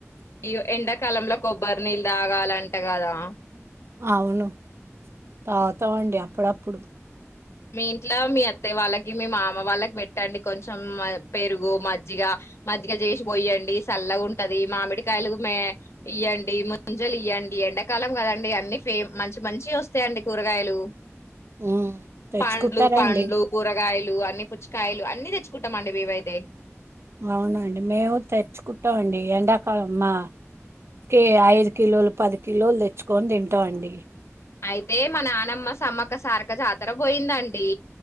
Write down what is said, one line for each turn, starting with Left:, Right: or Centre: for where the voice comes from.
Left: ఈ ఎండాకాలంలో కొబ్బరి నీళ్ళు తాగాలంట కదా
Right: అవును తాగుతామండి అప్పుడప్పుడు
Left: మీ ఇంట్లో మీ అత్తయ్య వాళ్ళకి మీ మామ వాళ్ళకి పెట్టండి కొంచెం పెరుగు మజ్జిగ మజ్జిగ చేసిపోయండి చల్లగా ఉంటది మామిడికాయలు మే ఇయ్యండి ముంజలు ఇయ్యం ఎండాకాలం కదండి అన్ని ఫే మంచి మంచి వస్తాయండి కూరగాయలు
Right: ఉమ్ తెచ్చుకుంటారండి
Left: పండ్లు పండ్లు కూరగాయలు అన్ని పుచ్చకాయలు అన్ని తెచ్చుకుంటామ అండి మేవైతే
Right: అవునండి మేము తెచ్చుకుంటాండి ఎండాకాలం మా కే ఐదు కిలోలు పది కిలోలు తెచ్చుకొని తింటాండి
Left: అయితే మా నానమ్మ సమ్మక్క సారక్క జాతర పోయిందండి